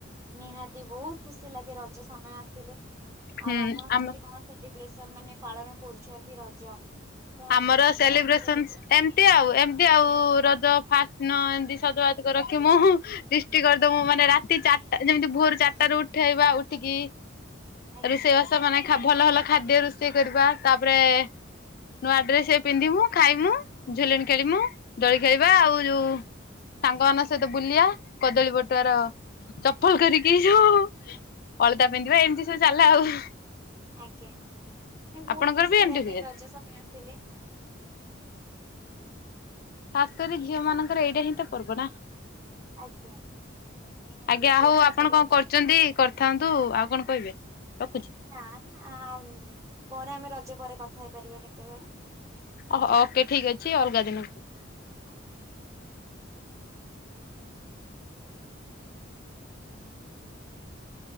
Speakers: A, on the right; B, on the left.
A: ନିହାତି ବହୁତ ଖୁସି ଲାଗେ ରଜ ସମୟ ଆସ ସିଲେ।
B: ହୁଁ
A: ଆଉ ଆପଣ
B: ଆମ
A: କେମିତି କଣ ସେଲିବ୍ରେସ ମାନେ ପାଳନ କରୁଛନ୍ତି ରଜ। ତ
B: ଆମର
A: ଆମକୁ ବି
B: ସେଲିବ୍ରେସନସ
A: ଜଣେଇବେ ଟିକେ
B: ଏମତି ଆଉ ଏମତି ଆଉ ରଜ। ଫାର୍ଷ୍ଟ ଦିନ ଏମିତି ସଜବାଜ କୁ ରଖି ମୁଁ ଦିଷ୍ଟି କରିଦମୁ ମାନେ ରାତି ଚାରିଟା ଯେମିତି ଭୋର ଚାରିଟା ରୁ ଉଠେଇବା ଉଠିକି।
A: ଆଜ୍ଞା।
B: ରୋଷେଇବାସ ମାନେ ଖା ଭଲ ଭଲ। ଖାଦ୍ୟ ରୋଷେଇ କରିବା ତାପରେ। ନୂଆ ଡ୍ରେସ ପିନ୍ଧିମୁ ଖାଇମୁ ଝୁଲିଣି ଖେଳିମୁ ଦୋଳି ଖେଳିବା ଆଉ ଯୋଉ ସାଙ୍ଗମାନଙ୍କ ସହିତ ବୁଲିଆ କଦଳୀ ପଟୁଆର ଚପଲ କରିକି ଯୋଉ। ଅଳତା ପିନ୍ଧିବା ଏମିତି ସବୁ ଚା ଲ ଆଉ।
A: ଆଜ୍ଞା ନାଇ ବହୁତ
B: ଆପଣଙ୍କର
A: ଖୁସି
B: ବି ଏମିତି
A: ଲାଗେ
B: ହୁଏ
A: ରଜ ସମୟ ଆ ସିଲେ।
B: ଖାସ କରି ଝିଅ ମାନଙ୍କର ଏଇଟା ହିଁ ତ ପର୍ବ ନା।
A: ଆଜ୍ଞା ନିହାତି
B: ଆଜ୍ଞା
A: ଝିଅ
B: ହଉ
A: ମାନଙ୍କର
B: ଆପଣ କଣ କରୁଛନ୍ତି କରିଥାନ୍ତୁ ଆଉ କଣ କହିବେ। ରଖୁଛି
A: ନା ନା ପରେ ଆମେ ର ପରେ କଥା ହେଇପାରିବା କେତେବେଳେ। ଧନ୍ୟବାଦ
B: ଓହୋ ଓକେ ଠିକ୍ ଅଛି ଅଲଗା ଦିନକୁ।
A: Thank you.